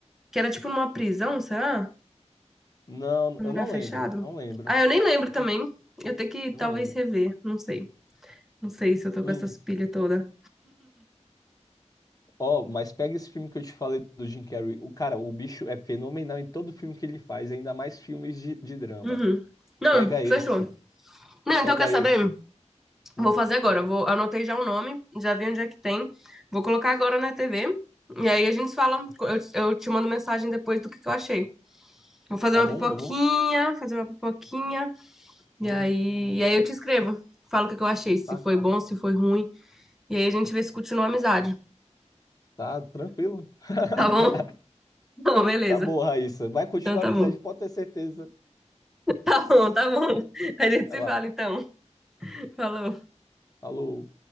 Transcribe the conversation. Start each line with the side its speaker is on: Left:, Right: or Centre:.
Centre: que era tipo numa prisão, será?
Left: Não,
Centre: Um
Left: eu
Centre: lugar
Left: não
Centre: fechado?
Left: lembro, não lembro.
Centre: Ah, eu nem lembro também.
Left: Tipo,
Centre: Eu tenho que
Left: Não
Centre: talvez
Left: lembro.
Centre: rever. Não sei. Não sei se eu tô
Left: Hum.
Centre: com essa pilha toda.
Left: Ó, mas pega esse filme que eu te falei do Jim Carrey. O cara, o bicho é fenomenal em todo filme que ele faz, ainda mais filmes de, de drama.
Centre: Uhum. Não,
Left: Pega esse,
Centre: fechou. Não, então
Left: pega
Centre: quer saber?
Left: esse. Hum,
Centre: Vou fazer agora. Eu Vou, anotei já o nome, já vi onde é que tem. Vou colocar agora na TV. E aí a gente fala. Eu, eu te mando mensagem depois do que, que eu achei. Vou fazer
Left: Tá
Centre: uma
Left: bom?
Centre: pipoquinha,
Left: Eu vou.
Centre: fazer uma pipoquinha. E
Left: Hum,
Centre: aí,
Left: hum,
Centre: e aí eu te escrevo. Falo o que, que eu achei, se
Left: tá,
Centre: foi bom, se foi ruim. E aí a gente vê se continua a amizade.
Left: tá tranquilo. <laughs>
Centre: Tá bom? <laughs> Não, beleza.
Left: Tá bom, Raíssa. Vai continuar
Centre: Então tá
Left: a amizade,
Centre: bom.
Left: pode ter certeza.
Centre: Tá bom, tá bom. A gente
Left: Vai
Centre: se
Left: lá.
Centre: fala então. Falou.
Left: Falou.